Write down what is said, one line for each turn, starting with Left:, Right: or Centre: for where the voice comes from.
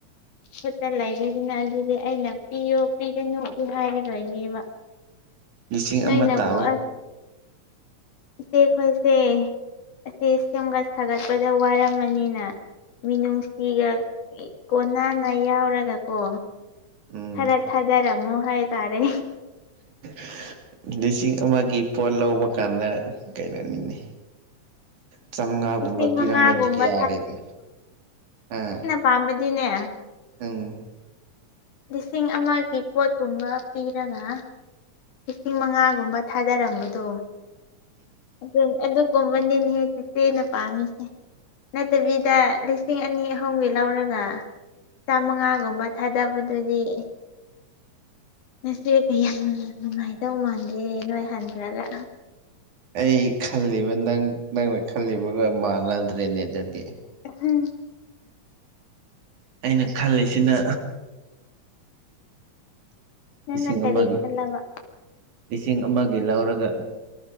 Left: ꯈꯨꯠꯇ ꯂꯩꯔꯦꯗꯅ ꯑꯗꯨꯗꯤ ꯑꯩꯅ ꯄꯤꯌꯣ ꯄꯤꯒꯅꯨ ꯑꯗꯨ ꯍꯥꯏꯔꯔꯣꯏꯒꯦꯕ
Right: ꯂꯤꯁꯤꯡ
Left: ꯅꯣꯏꯅꯕꯨ
Right: ꯑꯃ ꯇꯥꯕ
Left: ꯑꯁ ꯏꯆꯦ ꯈꯣꯏꯁꯦ ꯑꯁꯤ ꯁꯦꯝꯒꯠ ꯁꯥꯒꯠꯄꯗ ꯋꯥꯔꯝꯃꯅꯤꯅ ꯃꯤꯅꯨꯡꯁꯤꯒ ꯀꯣꯟꯅꯥꯅ ꯌꯥꯎꯔꯒ ꯀꯣ
Right: ꯎꯝ
Left: ꯈꯔ ꯊꯥꯗꯔꯝꯃꯣ ꯍꯥꯏꯇꯥꯔꯦ
Right: <unintelligible> ꯂꯤꯁꯤꯡ ꯑꯃꯒꯤ ꯄꯣꯠ ꯂꯧꯕ ꯀꯥꯟꯗ ꯀꯩꯅꯣꯅꯤꯅꯦ ꯆꯥꯝꯃꯉꯥꯒꯨꯝꯕ
Left: ꯂꯤꯁꯤꯡ
Right: ꯄꯤꯔꯝꯃꯗꯤ
Left: ꯃꯉꯥꯒꯨꯝꯕ
Right: ꯌꯥꯔꯦꯗ ꯑ
Left: ꯄꯥꯟꯕꯗꯤꯅꯦ
Right: ꯎꯝ
Left: ꯂꯤꯁꯤꯡ ꯑꯃꯒꯤ ꯄꯣꯠꯀꯨꯝꯕ ꯄꯤꯔꯒ ꯂꯤꯁꯤꯡ ꯃꯉꯥꯒꯨꯝꯕ ꯊꯥꯗꯔꯝꯕꯗꯣ ꯑꯗꯨ ꯑꯗꯨꯒꯨꯝꯕꯅꯤꯅꯦ ꯍꯦꯛ ꯆꯦꯆꯦꯅ ꯄꯥꯝꯃꯤꯁꯦ ꯅꯠꯇꯕꯤꯗ ꯂꯤꯁꯤꯡ ꯑꯅꯤ ꯑꯍꯨꯝꯒꯤ ꯂꯧꯔꯒ ꯆꯥꯝꯉꯥꯒꯨꯝꯕ ꯊꯥꯗꯕꯗꯨꯗꯤ ꯅꯆꯦ ꯀꯌꯥ ꯅꯨꯡꯉꯥꯏꯗꯧ ꯃꯥꯟꯗꯦ ꯅꯣꯏ ꯍꯟꯈ꯭ꯔꯒ
Right: ꯑꯩ ꯈꯜꯂꯤꯕ ꯅꯪ ꯅꯪꯅ ꯈꯜꯂꯤꯕꯒ ꯃꯥꯟꯅꯗ꯭ꯔꯦꯅꯦ ꯑꯗꯨꯗꯤ
Left: ꯎꯝ
Right: ꯑꯩꯅ ꯈꯜꯂꯤꯁꯤꯅ
Left: ꯅꯪꯅ
Right: ꯂꯤꯁꯤꯡ
Left: ꯀꯔꯤ
Right: ꯑꯃꯒꯤ
Left: ꯈꯜꯂꯕ
Right: ꯂꯤꯁꯤꯡ ꯑꯃꯒꯤ ꯂꯧꯔꯒ